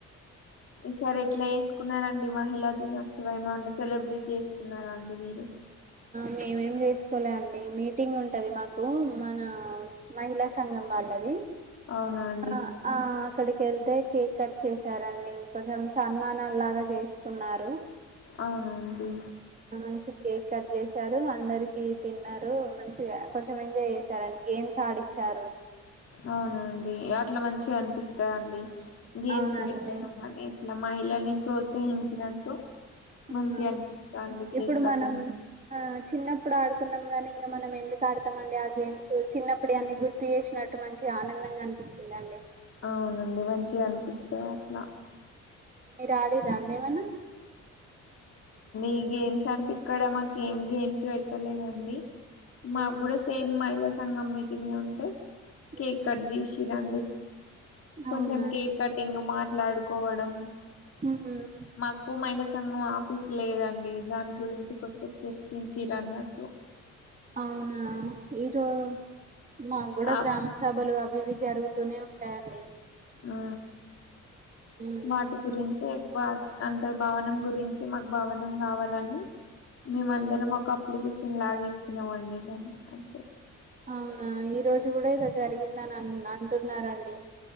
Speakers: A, on the left; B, on the right.
A: ఈ సారి ఎట్లే స్ కున్నానండి మహిళా దినోత్సవ ఏమ ఉ సెలబ్రేట్ చేసుకున్నార అండి మీరు
B: మేమేం చేసుకోలే అండి మీటింగ్ ఉంటది మాకు మన మహిళా సంఘం వాళ్ళది
A: అవునండి
B: అ ఆ అక్కడికి వెళ్తే కేక్ కట్ చేసారండి కొంచెం సన్మానం లాగ చేసుకున్నారు
A: అవునా అండి
B: మంచి కేక్ కట్ చేసారు అందరికి తిన్నారు మంచిగా కొంచెం ఎంజాయ్ చేశారండి గేమ్స్ చాడిచ్చారు
A: అవునండి అట్లా మంచి అనిపిస్తా అండి గేమ్స్
B: అవునండి
A: పెట్టడం కాని ఇట్లా మహిళని ప్రోత్సహించినట్టు
B: ఆ
A: మంచిగా అనిపిస్తాంది కేక్
B: ఎప్పుడు
A: కటింగ్
B: మనం ఆ చిన్నప్పుడు ఆడుకున్నాం గాని ఇంకా మనం ఎందుకు ఆడుతాం అండి ఆ గేమ్స్ చిన్నప్పుడు అవన్నీ గుర్తు చేసినట్టు మంచి ఆనందంగా అనిపించిందండి
A: అవునండి మంచిగా అనిపిస్తాది అట్లా
B: మీరు ఆడిన్రా అండి ఏమనా
A: ఈ గేమ్స్ అంటే ఇక్కడ మాకు ఏం గేమ్స్ పెట్టలేదండి మాకు
B: ఉమ్,
A: కూడా సేమ్ మహిళా సంఘం మీటింగ ఉంటే
B: ఉమ్,
A: కేక్ కట్ చేసిన్రు రండి కొంచెం
B: అవునా
A: కేక్ కటింగ్ మాట్లాడుకోవడం
B: ఉమ్,
A: మాకు మహిళా సంఘం ఆఫీస్ లేదం డి దాని గురించి కొసేపు చర్చించిరు అన్నట్టు
B: అవునా ఈరో మా కూడా
A: ఆ
B: గ్రామ సభలు అవి ఇవి జరుగుతూనే ఉంటాయండి
A: ఆ
B: ఉమ్,
A: వాటి గురించి ఏ క్కు అంటే భవనం గురించి మాకు భవనం కావాలని మేమందరం
B: ఉమ్.
A: ఒక అప్లికేషన్ లాగా ఇచ్చినామండి కానీ అంతే
B: అవునా ఈ రోజు కూడా ఇదో జరిగిందని అన్ అంటున్నారంండి